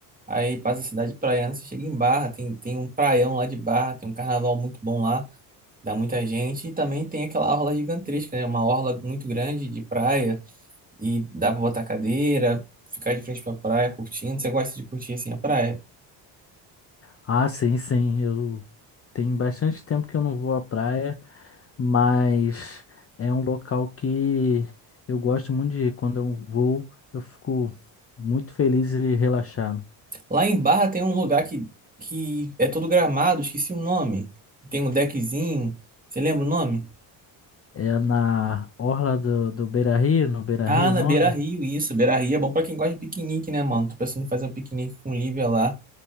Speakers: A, on the right; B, on the left.
A: aí passa a cidade praiana, você chega em Barra, tem, tem um praião lá de Barra, tem um carnaval muito bom lá, dá muita gente, e também tem aquela orla gigantesca, né? Uma orla muito grande de praia, e dá pra botar cadeira, ficar de frente pra praia curtindo, você gosta de curtir assim a praia.
B: Ah, sim, sim. Eu tem bastante tempo que eu não vou à praia, mas é um local que eu gosto muito de ir. Quando eu vou, eu fico muito feliz e relaxado.
A: Lá em Barra tem um lugar que, que é todo gramado, esqueci o nome, tem um deckzinho, você lembra o nome?
B: É na orla do, do Beira-Rio, no Beira-Rio,
A: Ah, na
B: o nome?
A: Beira-Rio, isso, Beira-Rio é bom pra quem gosta de piquenique, né, mano? Tô pensando em fazer um piquenique com Lívia lá.